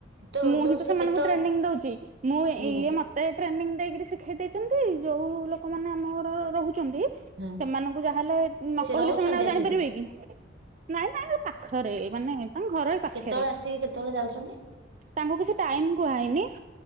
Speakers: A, on the right; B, on the right.
A: ତୋ
B: ମୁଁ
A: ଯୋଉ
B: ହିଁ ତ
A: ସେ
B: ସେମାନଙ୍କୁ
A: କେତେବେଳେ
B: ଟ୍ରେନିଂ ଦଉଚି ମୁଁ
A: ଏଇ
B: ଇଏ
A: ବୋ
B: ମତେ ଟ୍ରେନିଂ ଦେଇକିରି ସି ଶିଖେଇଦେଇଚନ୍ତି ଯୋଉ ଲୋକମାନେ ଆମ ଘର ରହୁ ଛନ୍ତି
A: ହୁଁ
B: ସେମାନଙ୍କୁ ଯାହାହେଲେ ନ
A: ସେ
B: କହିଲେ
A: ରହୁଛନ୍ତି
B: ସେମାନେ ଆଉ
A: ଆସିକି
B: ଜାଣିପାରିବେ କି ନାଇଁ ନାଇଁ ପା ପାଖରେ ମାନେ ତାଙ୍କ ଘର ଏଇ ପାଖରେ
A: କେତେବେଳେ ଆସିକି କେତେବେଳେ ଯାଉଚନ୍ତି?
B: ତାଙ୍କୁ କିଛି ଟାଇମ କୁହାହେଇନି।